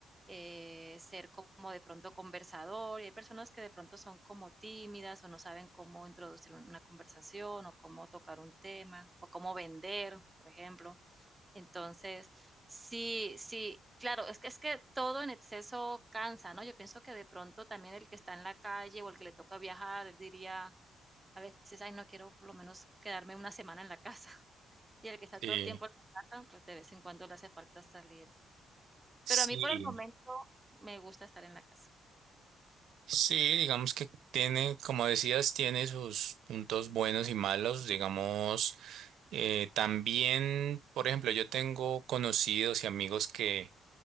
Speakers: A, on the right; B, on the right.
A: eh, ser como de pronto conversador. Y hay personas que de pronto son como tímidas o no saben cómo introducir un- una conversación o cómo tocar un tema o cómo vender, por ejemplo. Entonces, sí, sí. Claro, es que es que todo en exceso cansa, ¿no? Yo pienso que de pronto también el que está en la calle o el que le toca viajar, él diría, a veces, ay, no quiero por lo menos quedarme una semana en la casa. <laughs> Y el que está
B: Sí,
A: todo el tiempo en la casa, pues de vez en cuando le hace falta salir.
B: sí,
A: Pero a mí por el momento me gusta estar en la casa.
B: sí, digamos que tiene, como decías, tiene sus puntos buenos y malos, digamos. Eh, también, por ejemplo, yo tengo conocidos y amigos que